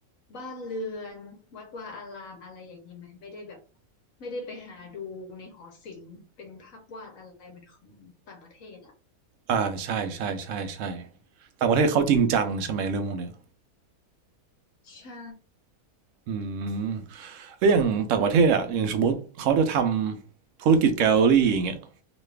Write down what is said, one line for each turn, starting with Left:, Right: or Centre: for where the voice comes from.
Left: บ้านเรือนวัดวาอารามอะไรอย่างนี้ไหมไม่ได้แบบไม่ได้ไปหาดูในหอศิลป์เป็นภาพวาดอะไรเหมือนของต่างประเทศอ่ะ
Right: อาใช่ใช่ใช่ใช่ต่างประเทศเขาจริงจังใช่ไหมเรื่องพวกเนี้ย
Left: ใช่
Right: อืมแล้วอย่างต่างประเทศอะอย่างสมมติเขาจะทำธุรกิจแกลเลอรี่อย่างเงี้ย